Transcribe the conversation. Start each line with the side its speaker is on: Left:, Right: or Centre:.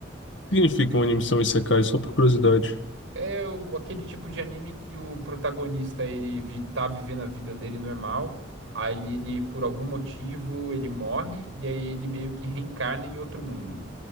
Left: que significa uma animação Isekai? Só por curiosidade.
Right: É o- aquele tipo de anime que o protagonista ele vi- tá vivendo a vida dele normal, aí ele por algum motivo ele morre e aí ele meio que reencarna em outro mundo.